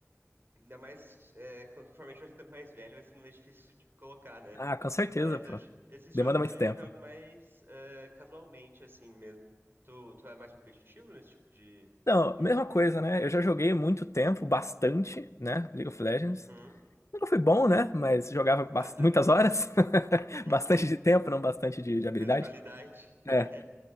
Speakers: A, on the right (about 50°); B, on the left (about 75°).
A: Ainda mais, é, <laughs> conforme a gente vai ficando mais velho, vai sendo mais difícil de colocar, né?
B: Ah, com certeza,
A: Mas
B: pô.
A: eu- esses
B: Demanda
A: jogos
B: muito
A: aí
B: tempo.
A: eu jogo mais é, casualmente, assim mesmo. Tu, tu é mais competitivo nesse tipo de.
B: Não,
A: De
B: mesma
A: jogo?
B: coisa, né? Eu já joguei muito tempo, bastante, né? League of Legends.
A: Uhum.
B: Nunca fui bom, né? Mas jogava
A: <laughs>
B: bas- muitas horas. <laughs>
A: Uhum.
B: Bastante de tempo, não bastante de, de
A: De
B: habilidade.
A: qualidade. <laughs>
B: É.